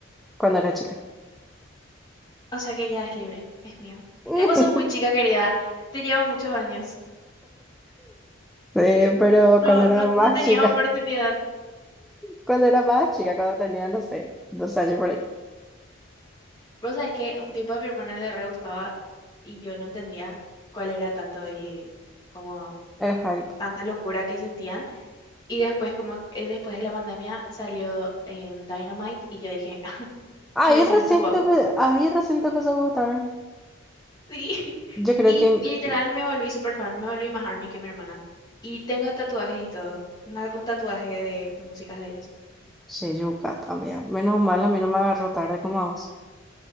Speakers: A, in the centre; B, on the left.
A: cuando era chica.
B: O sea que ya es libre, es mío.
A: <laughs>
B: Eh, vos sos muy chica, querida. Te llevo muchos años.
A: Sí, pero
B: No,
A: cuando era
B: no,
A: más
B: no tenías
A: chica,
B: oportunidad.
A: cuando era más chica, cuando tenía, no sé, dos años por ahí.
B: Vos sabés que un tiempo a mi hermana le re gustaba y yo no entendía cuál era tanto el, como
A: El hype.
B: tanta locura que sentían. Y después, como eh, después de la pandemia, salió em, Dynamite y yo dije, "Ah,
A: Ahí
B: ¿quiénes
A: recién
B: son estos guapos?
A: te, empe- ahí recién te empezó a gustar.
B: Sí. <laughs>
A: Yo creo
B: Y
A: que
B: literal
A: mm,
B: me volví super fan, me volví más ARMY que mi hermana. Y tengo tatuajes y todo, una- un tatuaje de músicas de ellos.
A: Sheyuka también. Menos mal, a mí no me agarró tarde como a vos.